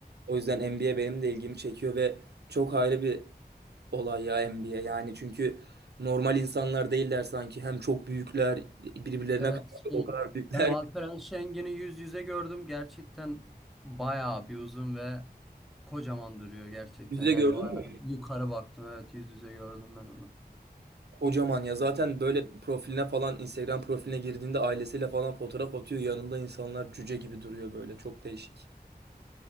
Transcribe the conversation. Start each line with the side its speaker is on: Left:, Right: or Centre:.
Right: O yüzden NBA benim de ilgimi çekiyor ve çok ayrı bir olay ya NBA. Yani çünkü normal insanlar değiller sanki. Hem çok büyükler, birbirlerine
Centre: Evet
Right: karşı
Centre: şey
Right: o kadar büyükler.
Centre: ben Alperen Şengen'i yüz yüze gördüm. Gerçekten bayağı bir uzun ve kocaman duruyor gerçekten.
Right: Yüzde
Centre: Yani
Right: gördün
Centre: bayağı
Right: mü?
Centre: yukarı baktım. Evet yüz yüze gördüm ben onu.
Right: Kocaman ya zaten böyle profiline falan Instagram profiline girdiğinde ailesiyle falan fotoğraf atıyor. Yanında insanlar cüce gibi duruyor böyle. Çok değişik.